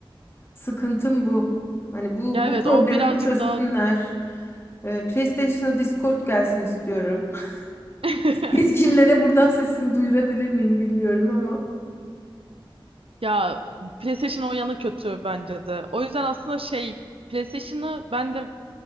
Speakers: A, on the left; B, on the right.
A: Sıkıntım bu. Hani bu
B: Ya
A: bu
B: evet
A: problemimi
B: o birazcık
A: çözsünler.
B: daha
A: Ee, PlayStation'a Discord gelsin istiyorum.
B: <laughs>
A: <laughs> Yetkililere buradan sesimi duyurabilir miyim bilmiyorum ama.
B: Ya PlayStation o yanı kötü bence de. O yüzden aslında şey PlayStation'ı ben de